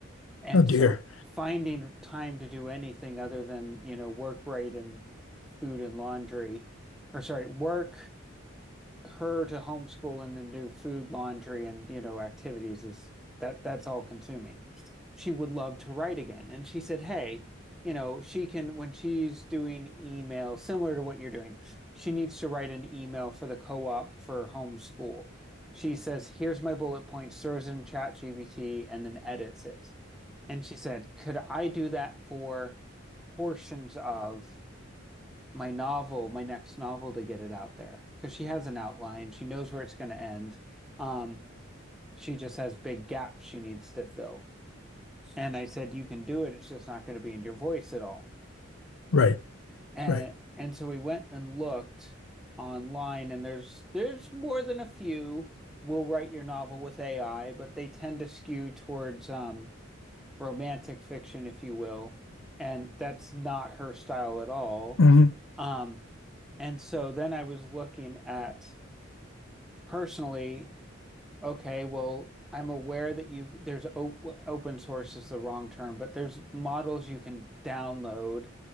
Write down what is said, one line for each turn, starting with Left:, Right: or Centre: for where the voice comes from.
Centre: and
Left: Oh dear.
Centre: so finding time to do anything other than, you know, work, right, and food and laundry, or sorry, work, her to homeschool and then do food, laundry, and you know, activities is that that's all consuming. She would love to write again. And she said, hey, you know, she can when she's doing email similar to what you're doing, she needs to write an email for the co-op for homeschool. She says, here's my bullet points, throws in ChatGPT and then edits it. And she said, could I do that for portions of my novel, my next novel to get it out there because she has an outline. She knows where it's going to end. Um, she just has big gaps she needs to fill. And I said, you can do it. It's just not going to be in your voice at all.
Left: Right.
Centre: And
Left: Right.
Centre: and so we went and looked online, and there's there's more than a few will write your novel with AI, but they tend to skew towards um, romantic fiction, if you will. And that's not her style at all.
Left: hmm
Centre: Um, And so then I was looking at personally, okay, well, I'm aware that you there's op open source is the wrong term, but there's models you can download